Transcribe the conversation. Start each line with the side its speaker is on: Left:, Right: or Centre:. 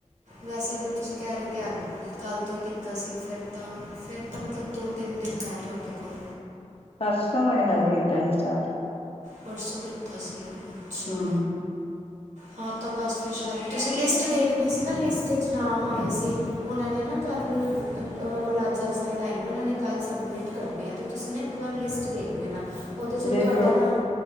Right: ਵੈਸੇ ਅਗਰ ਤੁਸੀ ਕੈ ਰੇ ਓ ਕਿ ਅੱਜ-ਕੱਲ ਤੋ ਈ ਕੀਤਾ ਸੀ। ਫੇਰ ਤਾ ਫਿਰ ਤਾ ਮਤਲਬ ਦੋ-ਤਿੰਨ ਦਿਨ ਹੈ ਤੁਆਡੇ ਕੋਲ
Left: ਪਰਸੋਂ ਮੇਰੇ ਖਿਆਲ ਚ ਕੀਤਾ ਸੀ ਸਟਾਰਟ
Right: ਪਰਸੋ ਕੀਤਾ ਸੀ, ਅੱਛਾ
Left: ਹਮ
Right: ਹਾਂ, ਤਾਂ ਬਸ ਫੇਰ ਸ਼ਾਇਦ ਤੁਸੀ ਲਿਸਟ ਦੇਖਨੀ ਸੀ ਨਾ, ਲਿਸਟ ਚ ਨਾਮ ਆਏ ਸੀ। ਉਹਨਾਂ ਨੇ ਨਾ ਕੱਲ, ਉਹਨਾਂ ਕੋਲ ਅੱਜ-ਅੱਜ ਦਾ ਟਾਈਮ ਐ, ਉਹਨਾਂ ਨੇ ਕੱਲ ਸਬਮਿਟ ਕਰਨੇ ਆ ਤੇ ਤੁਸੀ ਨਾ ਇੱਕ ਵਾਰ ਲਿਸਟ ਦੇਖ ਲੈਨਾ, ਉਹਦੇ ਚ
Left: ਜੇ
Right: ਤੁਹਾਡਾ
Left: ਗਰੁੱਪ
Right: ਨਾਮ